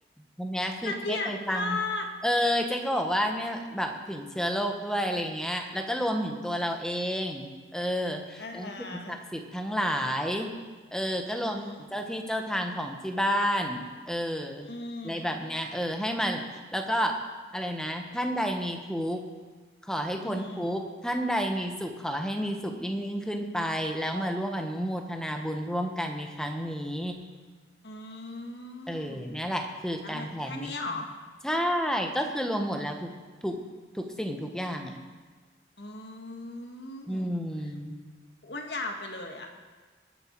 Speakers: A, in the centre; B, on the left.
A: วันเนี้ยคือเจ๊ไปฟัง
B: ละเอียดมาก
A: เออเจ๊ก็บอกว่าเนี่ยแบบถึงเชื้อโรคด้วยอะไรเงี้ยแล้วก็รวมถึงตัวเราเองเออ
B: อ่าฮะ
A: แล้วสิ่งศักดิ์สิทธิ์ทั้งหลายเออก็รวมถึงเจ้าที่เจ้าทางของที่บ้านเออ
B: อืมอืม
A: อะไรแบบเนี้ยเออให้มา แล้วก็อะไรนะท่านใดมีทุกข์ขอให้พ้นทุกข์ท่านใดมีสุขขอให้มีสุขยิ่งยิ่งขึ้นไปแล้วมาร่วมอนุโมทนาบุญร่วมกันในครั้งนี้
B: อือหืออืม
A: เออเนี่ยแหละคือการแผ่เมตตา
B: แล้วไงแค่นี้เหรอ
A: ใช่ก็คือรวมหมดแล้วทุกทุกทุกสิ่งทุกอย่างอ่ะ
B: อืม
A: อืม
B: อ้วนยาวไปเลยอ่ะ